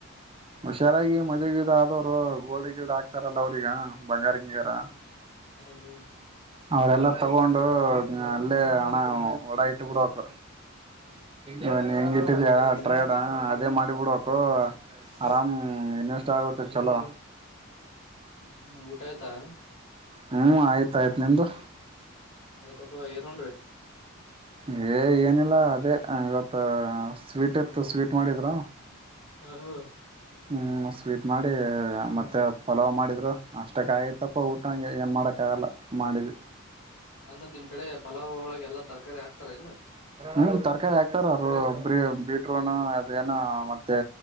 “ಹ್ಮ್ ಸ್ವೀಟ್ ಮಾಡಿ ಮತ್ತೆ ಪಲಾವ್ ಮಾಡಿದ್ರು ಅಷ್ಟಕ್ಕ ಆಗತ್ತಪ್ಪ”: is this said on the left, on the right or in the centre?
Right